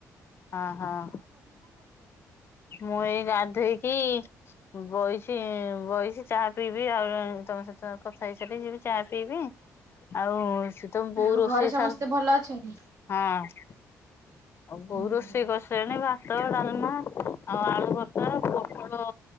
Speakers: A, on the left; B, on the right.
A: ହଁ ହଁ ମୁଁ ଏଇ ଗାଧୋଇକି ବହିଛି ବହିଛି ଚାହା ପିଇବି ଆଉ ତମ ସହିତ କଥା ହେଇସାରିଲି ଯିବି ଚାହା ପିଇବି ଆଉ ସେ ତମ ବୋଉ
B: ଆଉ
A: ରୋଷେଇ
B: ଘରେ ସମସ୍ତେ
A: ସାର
B: ଭଲ ଅଛନ୍ତି?
A: ହଁ କୋଉ
B: ହୁଁ
A: ରୋଷେଇ କରିସିଲଣି ଭାତ ଡାଲମା ଆଉ ଆଳୁ ଭର୍ଷା ପଟଳ